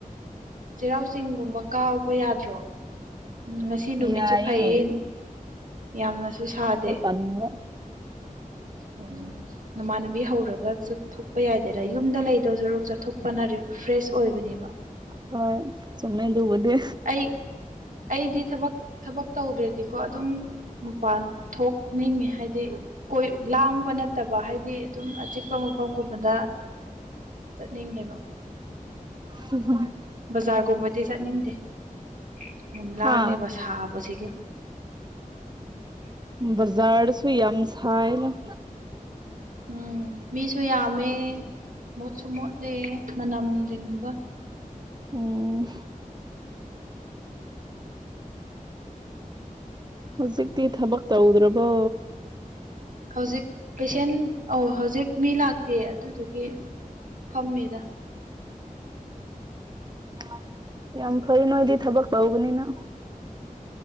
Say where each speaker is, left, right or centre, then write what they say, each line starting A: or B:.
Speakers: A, on the right; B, on the right.
A: ꯆꯩꯔꯥꯎ ꯆꯤꯡꯒꯨꯝꯕ ꯀꯥꯕ ꯌꯥꯗ꯭ꯔꯣ ꯉꯁꯤ ꯁꯤ ꯅꯨꯃꯤꯠꯁꯨ
B: ꯌꯥꯏꯌꯦ
A: ꯐꯩꯌꯦ ꯌꯥꯝꯅꯁꯨ ꯁꯥꯗꯦ
B: ꯑꯅꯣ
A: ꯑꯣ ꯅꯃꯥꯟꯅꯨꯕꯤ ꯍꯧꯔꯒ ꯆꯠꯊꯣꯛꯄ ꯌꯥꯏꯗꯦꯔ ꯌꯨꯝꯗ ꯂꯩꯗꯧ ꯁꯔꯨꯛ ꯆꯠꯊꯣꯛꯄꯅ ꯐ꯭ꯔꯦꯁ ꯑꯣꯏꯕꯅꯦꯕ
B: ꯍꯣꯏ ꯁꯃꯦꯗꯨꯕꯨꯗꯨꯦ
A: ꯑꯩ ꯑꯩꯗꯤ ꯊꯕꯛ ꯊꯕꯛ ꯇꯧꯗ꯭ꯔꯗꯤꯀꯣ ꯑꯗꯨꯝ ꯃꯄꯥꯟ ꯊꯣꯛꯅꯤꯡꯉꯤ ꯍꯥꯏꯗꯤ ꯀꯣꯏ ꯂꯥꯡꯕ ꯅꯠꯇꯕ ꯍꯥꯏꯗꯤ ꯑꯗꯨꯝ ꯑꯆꯤꯛꯄ ꯃꯐꯝꯒꯨꯝꯕꯗ ꯆꯠꯅꯤꯡꯉꯦꯕ
B: ꯍꯨꯝꯍꯨꯝ
A: ꯕꯖꯥꯔꯒꯨꯝꯕꯗꯤ ꯆꯠꯅꯤꯡꯗꯦ ꯑꯗꯨꯝ ꯂꯥꯡꯉꯦꯕ
B: ꯍꯥ
A: ꯁꯥꯕꯁꯤꯒ
B: ꯕꯖꯥꯔꯁꯨꯏ ꯌꯥꯝꯝꯁꯥꯏꯅ
A: ꯎꯝ ꯃꯤꯁꯨ ꯌꯥꯝꯃꯦ ꯃꯣꯠꯁꯨ ꯃꯣꯠꯂꯦ ꯃꯅꯝꯁꯤꯡꯗꯨꯒ
B: ꯎꯝ ꯍꯧꯖꯤꯛꯇꯤ ꯊꯕꯛ ꯇꯧꯗ꯭ꯔꯕꯣ
A: ꯍꯧꯖꯤꯛ ꯄꯦꯁꯦꯟ ꯑꯣ ꯍꯧꯖꯤꯛ ꯃꯤ ꯂꯥꯛꯇꯦ ꯑꯗꯨꯗꯨꯒꯤ ꯐꯝꯃꯤꯗ
B: ꯑꯣ ꯌꯥꯝ ꯐꯔꯦ ꯅꯣꯏꯗꯤ ꯊꯕꯛ ꯇꯧꯕꯅꯤꯅ